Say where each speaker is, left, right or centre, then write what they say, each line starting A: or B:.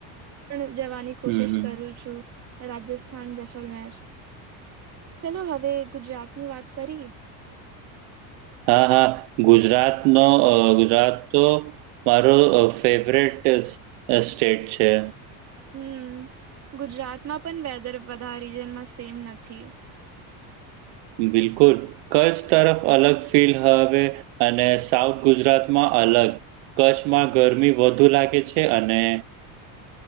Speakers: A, on the right (about 35°); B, on the right (about 70°).
A: હું પૂર્ જવાની
B: હમ
A: કોશિશ
B: હમ
A: કરું છું રાજસ્થાન જસલમેર ચલો હવે ગુજરાતની વાત કરી એ
B: હા હા ગુજરાત નો ગુજરાત તો મારો ફેવરેટ સ્ટેટ છે.
A: હમ ગુજરાતમાં પણ વેધર બધા રીજનમાં સેમ નથી
B: બિલકુલ કચ્છ તરફ અલગ ફીલ હવે અને સાઉથ ગુજરાતમાં અલગ કચ્છમાં ગરમી વધુ લાગે છે અને